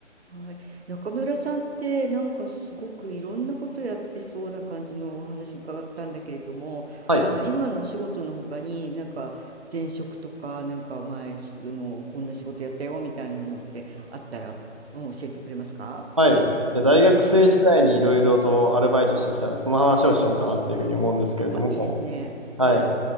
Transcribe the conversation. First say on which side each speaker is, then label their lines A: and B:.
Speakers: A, on the right (about 55°); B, on the right (about 30°).
A: はい、中村さんってなんかすごくいろんなことやってそうな感じのお話伺ったんだけれども、
B: はい。
A: あの今のお仕事の他になんか前職とかなんか前すあのこんな仕事やったよみたいなのってあったら、うん教えてくれますか？
B: はい。で、大学生時代にいろいろとアルバイトしてきたので、
A: うん。
B: その話をしようかなっていうふうに思うんですけれども、
A: あ、いいですね。
B: はい。
A: はい。